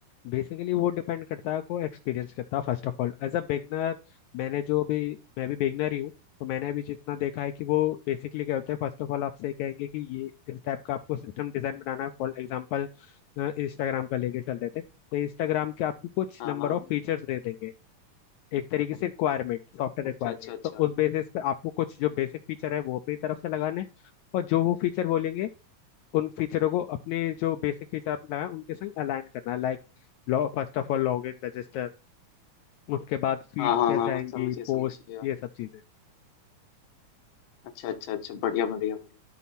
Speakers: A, on the left; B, on the left.
A: बेसिकली वो डिपेंड करता है को एक्सपीरियंस करता है First of all as a beginner मैंने जो भी मैं भी बिगनर ही हूँ तो मैंने अभी जितना देखा है कि वो बेसिकली क्या होता है फर्स्ट ऑफ ऑल आपसे कहेंगे कि ये इस टाइप का आपको सिस्टम डिजाइन बनाना है फॉर एग्जांपल इंस्टाग्राम का लेके चल लेते हैं तो इंस्टाग्राम के आपको कुछ
B: हाँ
A: नंबर
B: हाँ
A: ऑफ फीचर्स दे देंगे एक तरीके से रिक्वायरमेंट सॉफ्टवेयर
B: अच्छा
A: रिक्वायरमेंट
B: अच्छा अच्छा
A: तो उस बेसिस पे आपको कुछ जो बेसिक फीचर है वो अपनी तरफ से लगाने हैं और जो वो फीचर बोलेंगे उन फीचरों को अपने जो बेसिक फीचर आपने लगाए उनके संग अलाइन करना लाइक लॉ first of all log in register उसके बाद फीड्स
B: हाँ हाँ
A: कैसे
B: हाँ
A: आएंगी
B: हाँ समझ गया समझ
A: पोस्ट
B: गया
A: ये सब चीजें
B: अच्छा अच्छा अच्छा बढ़िया बढ़िया बढ़िया